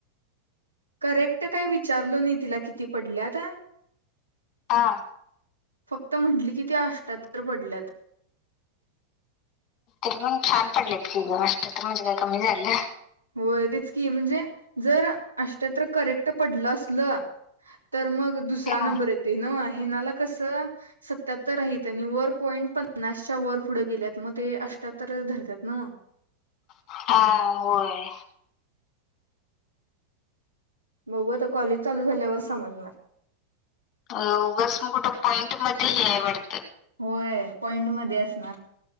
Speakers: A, on the right; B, on the left.
A: करेक्ट काय विचारलो नाही तिला किती पडल्यात?
B: आ.
A: फक्त म्हटली की ती अष्टयात्तर पडल्यात.
B: तरी पण छान पडल्यातकीग अष्टयात्तर म्हणजे काय कमी झालं.
A: होय तेच की म्हणजे जर अष्टयात्तर करेक्ट पडलं असलं तर मग दुसरा
B: हं.
A: नंबर येतोय नव. हिनाला कस सत्याहत्तर आहे आणि वर पॉईंट पन्नासच्या वर पुढं गेल्यात म ते अष्ट्याहत्तर धरत्यात नव.
B: हा होय.
A: बघू आता कॉलेज चालू झाल्यावर समजणार.
B: अ उगस मग कुठं पॉईंट मध्ये हे वाढतं.
A: होय पॉइंटमध्ये असणार.